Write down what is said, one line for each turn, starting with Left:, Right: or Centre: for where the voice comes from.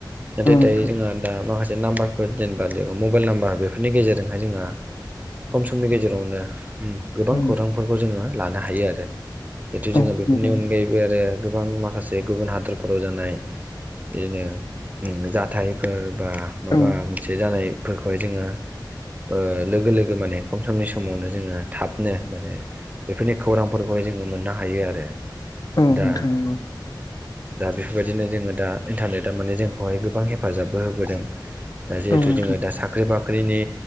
Right: नाथाय
Left: औ नोंथां
Right: दायो जोंहा दा माखासे नामबार बेफोर जेनेबा मबाइल नाम्बार बेफोरनि गेजेरजोंहाय जोंहा खम समनि गेजेरावनो उम गोबां
Left: औ नोंथां
Right: खौरांफोरखौ जोङो लानो हायो आरो जितु
Left: औ
Right: जोङो बेफोरनि
Left: मोजां
Right: अनगायैब बे आरो गोबां माखासे गुबुन हादरफोराव जानाय बिदिनो उम जाथाय फोर बा
Left: औ
Right: माबा मोनसे जानायफोरखौहाय जोङो ओ लोगो लोगो माने खम समनि समावनो जोङो थाबनो माने बेफोरनि खौरांफोरखौहाय जोङो मोननो हायो आरो
Left: औ
Right: दा
Left: नोंथां नंगौ
Right: दा बेफोरबायदिनो जोङो दा इन्टारनेटआ माने जोंखौहाय गोबां हेफाजाबबो होबोदों। दा जिहेतु
Left: औ नोंथां
Right: जोङो दा सा ख्रि बाख्रिनि